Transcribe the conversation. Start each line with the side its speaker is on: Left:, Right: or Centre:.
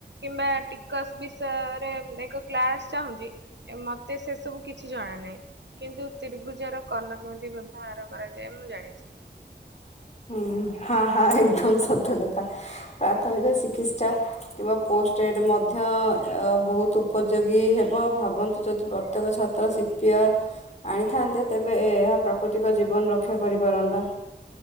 Right: କିମ୍ବା ଟିକସ ବିସୟରେ ଏକ କ୍ଲାସ ଚାହୁଁଚି। ମତେ ସେ ସବୁ କିଛି ଜଣା ନାହିଁ କିନ୍ତୁ ତିର୍ଭୁଜ ର କର୍ଣ୍ଣ କେମିତି ବାହାର କରାଯାଏ ମୁ ଜାଣିଛି।
Left: ହୁଁ ହଁ ହଁ ଏକଦମ ସତ୍ୟ କଥା। ପ୍ରାଥମିକ ଚିକିତ୍ସା କିମ୍ବା ପୋଷ୍ଟ ପେଡ ମଧ୍ୟ ବହୁତ ଉପଯୋଗୀ ହେବ ଭାବନ୍ତୁ ଯଦି ପ୍ର ପ୍ରତ୍ୟେକ ଛାତ୍ର ସିପିଆର ଆଣିଥାନ୍ତେ ତେବେ ଏହା ପ୍ରାକୃତିକ ଜୀବନର ରକ୍ଷା କରିପାରନ୍ତା।